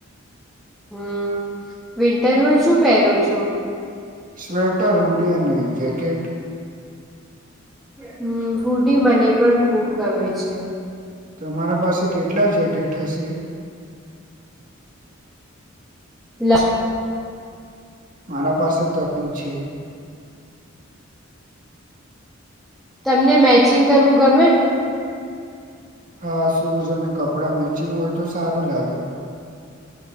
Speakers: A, in the centre; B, on the right (about 40°).
A: હમ વિન્ટરમાં શું પહેરો છો
B: સ્વેટર હુડી અને જેૅકેટ
A: હમ હુડી મને પણ ખુબ ગમે છે
B: તો અમારા પાસે કેટલા જેકેટ હશે
A: લ
B: મારા પાસે તો જ છે
A: તમને મેચિંગ કરવું ગમે
B: હા શૂઝ અને કપડાં મેચિંગ હોય તો સારું લાગે